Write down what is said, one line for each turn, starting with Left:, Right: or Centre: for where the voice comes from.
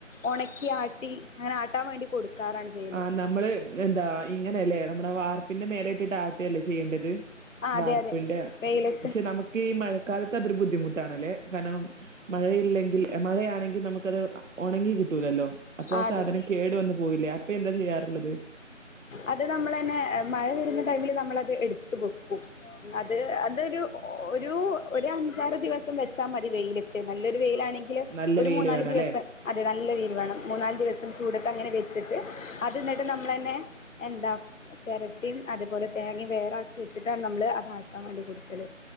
Left: ഒണക്കി ആട്ടി അങ്ങനെ ആട്ടാൻ വേണ്ടി കൊടുക്കാറാണ്. ചെയ്യല്
Right: ആഹ് നമ്മള് എന്താ ഇങ്ങനെയല്ലേ നമ്മുടെ വാർപ്പിന്റെ മേലേയിട്ടിട്ട് ആട്ടുല്ലേ ചെയ്യേണ്ടത്?
Left: ആഹ്
Right: വാർപ്പിന്റെ
Left: അതെ അതെ വെയിലത്ത്
Right: പക്ഷെ നമുക്ക് ഈ മഴക്കാലത്ത് അതൊരു ബുദ്ധിമുട്ടാണ്ല്ലേ. കാരണം മഴയില്ലെങ്കിൽ എ മഴയാണെങ്കിൽ നമുക്കത് ഒണങ്ങി കിട്ടൂലല്ലോ. അപ്പൊ ആ
Left: ആഹ്
Right: സാധനം
Left: അതെ
Right: കേടു വന്നു പോവില്ലേ അപ്പൊ എന്താ ചെയ്യാറുള്ളത്?
Left: അത് നമ്മളെന്നെ മഴ വരുന്ന ടൈമിൽ നമ്മളത് എടുത്തു വെ ക്കും അത് അതൊരു ഒരു ഒരു അഞ്ചാറ് ദിവസം വെ ച്ചാ മതി വെയിലത്ത് നല്ലൊരു വെയിലാണെങ്കിൽ
Right: നല്ല
Left: ഒരു
Right: വെയില്
Left: മൂന്നാല്
Right: വേണം
Left: ദിവസം.
Right: അല്ലെ?
Left: അതെ നല്ല വൈല് വേണം മൂന്നാല് ദിവസം ചൂടത്ത് അങ്ങനെ വെച്ചിട്ട് അത്ന്നിട്ട് നമ്മളെന്നെ. എന്താ. ചെരട്ടും അതുപോലെ തേങ്ങിം വേറാക്കി വെച്ചിട്ടാണ് നമ്മള് അതാട്ടാൻ വേണ്ടി കൊട്ക്കൽ.